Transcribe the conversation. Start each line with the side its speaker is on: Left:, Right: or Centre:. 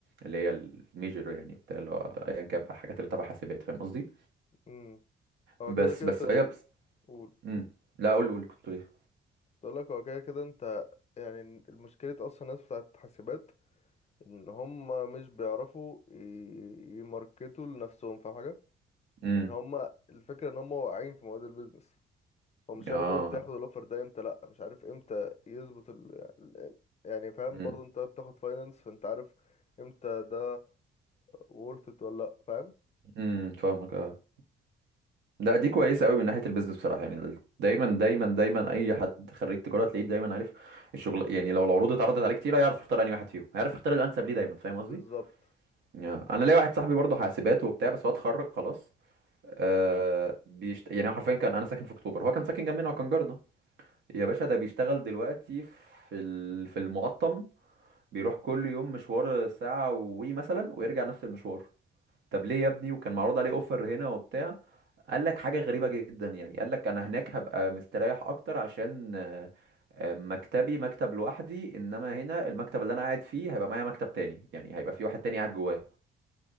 Right: اللي هي الميجر يعني بتاع اللي هو ايا كان بقى الحاجات اللي تبع حاسبات فاهم قصدي
Left: امم هو
Right: بس
Left: كده كده
Right: بس
Left: انت مش
Right: هي بس...
Left: قول
Right: مم. لا قول قول كنت ليه
Left: بقول لك هو كده كده انت يعني المشكله اصلا الناس بتاعت حاسبات ان هم مش بيعرفوا ي- يماركتوا لنفسهم فاهم حاجه
Right: امم
Left: يعني هما الفكرة ان هما واقعين في مواد البيزنس هو مش
Right: اه
Left: عارف امتى ياخد الاوفر ده امتى لا مش عارف امتى يظبط ال... ال- يعني فاهم
Right: امم
Left: برضه انت بتاخد فاينانس فانت عارف امتى ده worth it ولا لا فاهم
Right: امم، فاهمك آه. لا دي كويسه قوي من ناحيه البيزنس بصراحه يعني دايما دايما دايما اي حد خريج تجاره تلاقيه دايما عارف الشغل يعني لو العروض اتعرضت عليه كتير هيعرف يختار انهي واحد فيهم هيعرف يختار الانسب ليه دايما فاهم
Left: بالظبط
Right: قصدي يعني انا ليا واحد صاحبي برضه حاسبات وبتاع بس هو اتخرج خلاص آه بيشت... يعني هو حرفيا كان انا ساكن في اكتوبر هو كان ساكن جنبنا وكان جارنا يا باشا ده بيشتغل دلوقتي في ال... في المقطم بيروح كل يوم مشوار ساعه وي مثلا ويرجع نفس المشوار طب ليه يا ابني وكان معروض عليه اوفر هنا وبتاع قال لك حاجة غريبة جدا يعني قال لك انا هناك هبقى مستريح اكتر عشان آه، آه، مكتبي مكتب لوحدي انما هنا المكتب اللي انا قاعد فيه هيبقى معايا مكتب تاني يعني هيبقى في واحد تاني قاعد جواه